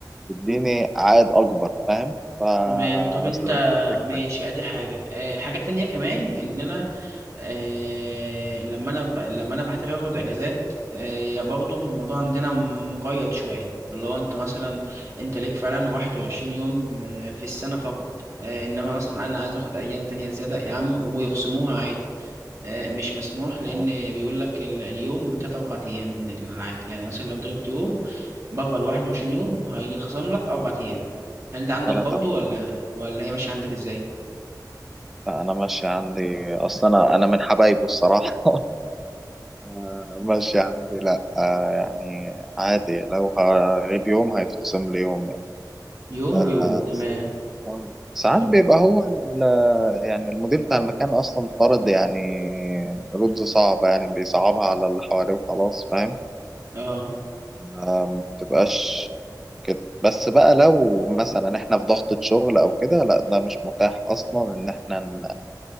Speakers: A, in the centre; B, on the right.
A: تديني عائد اكبر فاهم فاستبعدت
B: تمام طب انت
A: الفكره
B: ماشي
A: يعني.
B: ادي حاجة اه حاجة تانية كمان ان انا اه لما انا ب... لما انا بحتاج اخد اجازات اه يا برضه الموضوع عندنا مقيد شوية اللي هو انت مثلا انت ليك فعلا 21 يوم اه في السنة فقط اه انما مثلا انا عايز اخد ايام تانية زيادة يا عم ويخصموها عادي اه مش مسموح لان
A: اه
B: بيقول لك ال... اليوم بتلات اربع ايام من العادي يعني مثلا لو انت جبت يوم بره ال 21 يوم هيتخصم لك أربع أيام هل ده عندك
A: ثلاث
B: برضو
A: او اربع
B: ولا ولا هي ماشية عندك إزاي؟
A: فانا ماشي عندي اصلا انا انا من حبايبه الصراحه <laughs> ماشي عندي لا آه يعني عادي لو هغيب يوم هيتخصم لي يوم يعني
B: يوم
A: آه
B: بيوم تمام
A: آه. ساعات
B: طب
A: بيبقى هو ال- يعني المدير بتاع المكان اصلا فرض يعني رولز صعبة يعني بيصعبها على اللي حواليه وخلاص فاهم
B: اه
A: آه، ما بتبقاش كده بس بقى لو مثلا احنا في ضغطة شغل او كده لا ده مش متاح اصلا ان احنا ن-